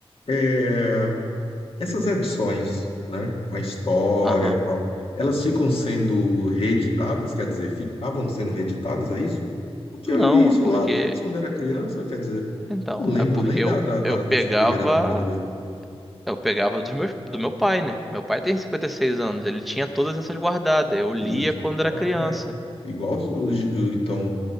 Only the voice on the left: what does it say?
é, essas edições, né, com a história
e tal, elas ficam sendo reeditadas, quer dizer, ficavam sendo reeditadas, é isso? Porque
eu li isso
lá atrás, quando era criança, quer dizer,
não lembro
nem
da, da, da-
dessa primeira namorada dele.
Putz,
então
é igual, os- os- então